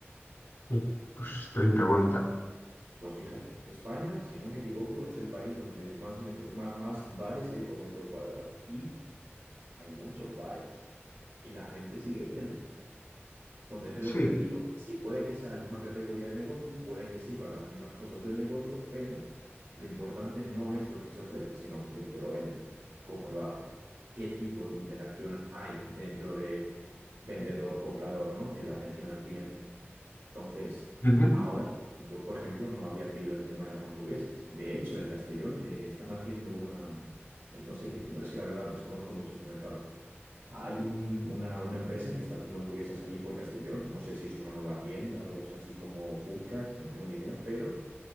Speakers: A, on the left; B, on the right.
A: pues pues treinta cuarenta
B: Pues fíjate, España, si no me equivoco, es el país donde más, metro, ma- más, bares hay por metro cuadrado. Y hay muchos bares. Y la gente sigue yendo. Entonces es
A: Sí.
B: lo que te digo. que Sí, puede que sea la misma categoría de negocio, puede que sirvan las mismas cosas del negocio, pero lo importante no es lo que se ofrece, sino quién te lo vende, cómo lo hace, qué tipo de interacción hay dentro de vendedor-comprador, ¿no? En la atención al cliente. Entonces,
A: ujú.
B: ahora, yo, por ejemplo, no había caído en el tema de las hamburguesas. De hecho, en Castellón eh, están haciendo una... ay, No sé qué, no, es que la verdad desconozco mucho este mercado. Hay un- una, una empresa que está haciendo hamburguesas allí por Castellón. No sé si es una nueva tienda o es así como food truck, no tengo ni idea, pero